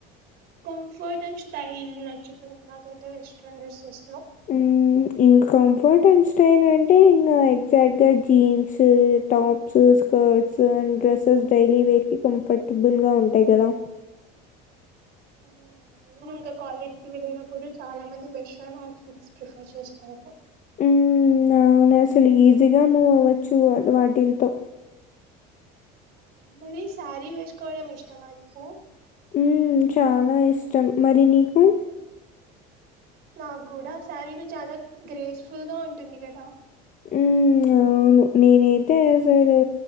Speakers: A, on the right (about 55°); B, on the left (about 40°).
A: కంఫర్ట్ అడ్ స్టాయిల్ నచ్చుతుంది నాకైతే వెస్ట్రాన్ డ్రెసస్
B: మ్ ఇంకా కంఫర్ట్ అండ్ స్టైల్ అంటే ఇంగ సెట్గా jeans tops skirts and dresses daily వేయర్కి కంఫర్ట్ టుబుల్గ ఉంటాయ్ కదా
A: అవును ఇంకా కాలేజ్కి వెళ్ళినప్పుడు చాలా మంది వెస్ట్రన్ అవుట్ ఫిట్స్కి ప్రిఫర్ చేస్తారు
B: మ్మ్ అవును అసలు ఈజీగా మూవ్ అవ్వచ్చు వాళ్ వాటిల్తో
A: మరి శారీ వేసుకోవడం ఇష్టమా నీకు
B: మ్మ్ చాలా ఇష్టం మరి నీకు
A: నాకు గూడా శారీలో చాలా గ్రేస్ఫుల్గ ఉంటుంది కదా
B: ఉమ్మ్ అవును నెనైతే అసలు